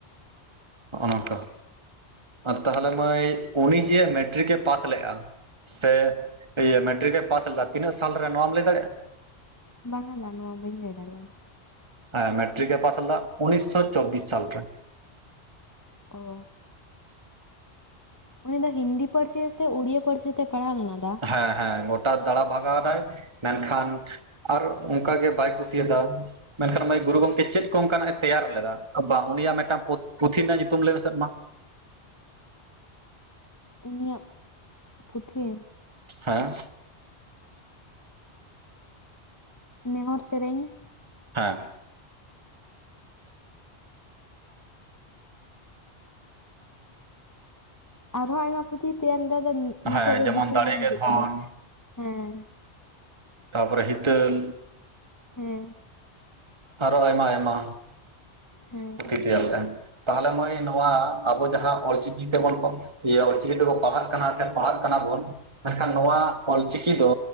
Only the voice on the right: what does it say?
ᱱᱚᱜᱼᱱᱚᱝᱠᱟ᱾ ᱟᱨ ᱛᱟᱦᱚᱞᱮ ᱢᱟᱹᱭ ᱩᱱᱤ ᱡᱮ ᱢᱮᱴᱨᱤᱠᱮ ᱯᱟᱥ ᱞᱮᱜᱼᱟ᱾ ᱥᱮ ᱤᱭᱟᱹ ᱢᱮᱴᱨᱤᱠ ᱮ ᱯᱟᱥ ᱞᱮᱫᱟ᱾ ᱛᱤᱱᱟᱹᱜ ᱥᱟᱞ ᱨᱮ ᱱᱚᱣᱟᱢ ᱞᱟᱹᱭ ᱫᱟᱲᱮᱭᱟᱜᱼᱟ?
ᱦᱮᱸ ᱢᱮᱴᱨᱤᱠ ᱮᱸ ᱯᱟᱥ ᱞᱮᱫᱟ᱾ ᱩᱱᱤᱥ ᱥᱳ ᱪᱚᱵᱤᱥ ᱥᱟᱞ ᱨᱮ᱾
ᱦᱮᱸ- ᱦᱮᱸ ᱜᱚᱴᱟ ᱫᱟᱬᱟᱸ ᱵᱷᱽᱟᱜᱟᱣ ᱮᱱᱟᱭ ᱾ᱢᱮᱱ ᱠᱷᱟᱱ ᱟᱨ ᱚᱱᱠᱟ ᱜᱮ ᱵᱟᱭ ᱠᱩᱥᱤ ᱟᱫᱟᱜᱼᱟ᱾ ᱢᱮᱱ ᱠᱷᱟᱱ ᱢᱟᱹᱭ ᱜᱩᱨᱩ ᱜᱚᱝᱠᱮ ᱪᱮᱫ ᱠᱚ ᱚᱱᱠᱟ ᱱᱟᱜ ᱮ ᱛᱮᱭᱟᱨ ᱞᱮᱫᱟ᱾ ᱵᱟᱝ ᱩᱱᱤ ᱭᱟᱜ ᱢᱤᱫᱴᱟᱹᱝ ᱯᱩᱛᱷᱤ ᱨᱮᱱᱟᱜ ᱧᱩᱛᱩᱢ ᱞᱟᱹᱭ ᱢᱮᱥᱮ ᱢᱟ?
ᱦᱮᱸ
ᱦᱮᱸ
ᱦᱮᱸ
ᱡᱮᱢᱚᱱ
ᱫᱟᱲᱮ
ᱜᱮ ᱫᱷᱚᱱ
ᱛᱟᱯᱚᱨᱮ ᱦᱤᱛᱟᱹᱞ
ᱟᱨᱚ ᱟᱭᱢᱟ - ᱟᱭᱢᱟ᱾
ᱯᱩᱛᱷᱤ ᱛᱮᱭᱟᱨᱛᱮ, ᱛᱟᱦᱚᱞᱮ ᱢᱟᱹᱭ ᱱᱚᱣᱟ ᱟᱵᱚ ᱡᱟᱦᱟᱸ ᱚᱞᱪᱤᱠᱤ ᱛᱮᱵᱚᱱ ᱚᱞᱪᱤᱠᱤ ᱛᱮᱵᱚᱱ ᱯᱟᱲᱦᱟ-ᱜ ᱠᱟᱱᱟ ᱥᱮ᱾ ᱯᱟᱲᱦᱟ-ᱜ ᱠᱟᱱᱟ ᱵᱚᱱ᱾ ᱢᱮᱱᱠᱷᱟᱱ ᱱᱚᱣᱟ ᱚᱞᱪᱤᱠᱤ ᱫᱚ